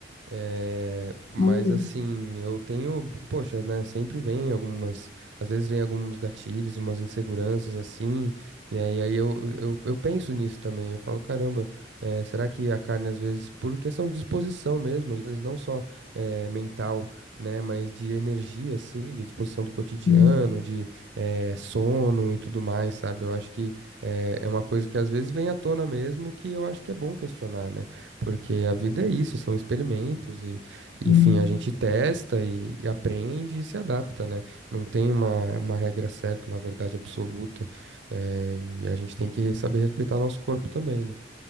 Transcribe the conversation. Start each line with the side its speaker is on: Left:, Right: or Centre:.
Right: É, mas
Left: Olha,
Right: assim, eu tenho, poxa, né, sempre vem algumas, às vezes vem alguns gatilhos, umas inseguranças assim, e aí, aí eu, eu, eu penso nisso também, eu falo, caramba, é, será que a carne às vezes, por questão de disposição mesmo, às vezes não só é, mental, né, mas de energia assim, de disposição do cotidiano,
Left: sim,
Right: de é, sono e tudo mais, sabe? Eu acho que é, é uma coisa que às vezes vem à tona mesmo, que eu acho que é bom questionar, né porque a vida é isso, são experimentos e,
Left: sim.
Right: enfim, a gente testa e, e aprende e se adapta, né? Não tem uma, uma regra certa, uma verdade absoluta, eh, e a gente tem que saber respeitar nosso corpo também, né?